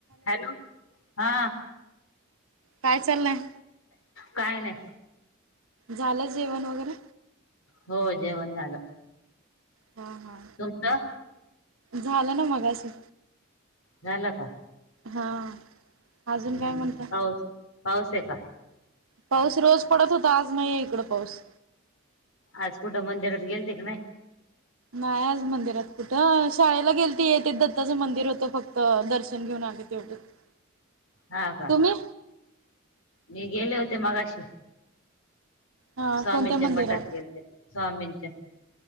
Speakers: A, on the left; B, on the right.
A: Hello हा.
B: काय चाललंय?
A: काय नाही.
B: झालं जेवण वगैरे?
A: हो जेवण झालं.
B: हा हा.
A: तुमचं?
B: झालं ना मगाशी.
A: झालं का?
B: हा. अजून
A: हम्म
B: काय म्हणता?
A: पाऊ पाऊस हे का?
B: पाऊस रोज पडत होता आज नाहीेये इकड पाऊस.
A: आज कुठं मंदिरात गेलते का ना य?
B: नाही आज मंदिरात कुठं शाळेला गेलती येते मंदिर होतं फक्त दर्शन आले तेवड. <inaudible> <inaudible>
A: हा का?
B: तुम्ही?
A: मी गेले होती मगाशी.
B: हा
A: स्वामींच्या
B: कोणत्या मंदिरात?
A: मठात गेलती स्वामीच्या.